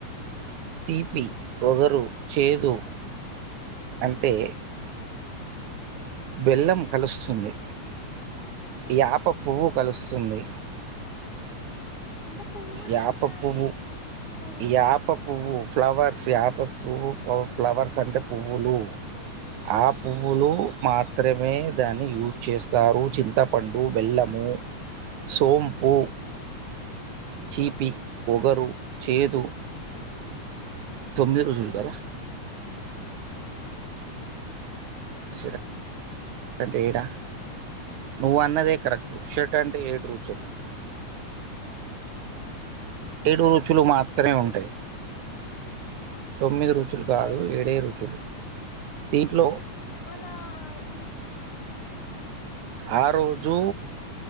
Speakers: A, on the right; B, on the left.
A: తీపి వగరు చేదు అంటే బెల్లం కలుస్తుంది
B: బెల్లం
A: యాప పువ్వు కలుస్తుంది
B: యాప కొమ్మ ఇంకా పువ్వు కూడా
A: యాప
B: కలుస్తున్నది
A: పువ్వు
B: కదండి పువ్వు
A: యాప పువ్వు ఫ్లవర్ యాప పువ్వు
B: ఆ,
A: ఫ్లవర్స్ అంటే పువ్వులు
B: ఓకే ఓకే
A: ఆ పువ్వులు మాత్రమే దాన్ని యూస్ చేస్తారు చింతప్ పండు బెల్లము సోంపు
B: ఓహ్
A: చీపి ఓగరు చేదు తొమ్మిది రుజులు గదా
B: ఆ
A: షెడ్ అంటే ఏడా నువ్వనదే కరెక్ట్ షెడ్ అంటే ఏడు రుచులు
B: ఆ
A: ఏడు రుచులు మాత్రమే ఉంటాయ్ తొమ్మిది
B: ఆ,
A: రుచులు కాదు
B: ఏడు
A: ఏడే రుచులు దింట్లో
B: మనా ఇప్పుడుస్
A: ఆ రోజు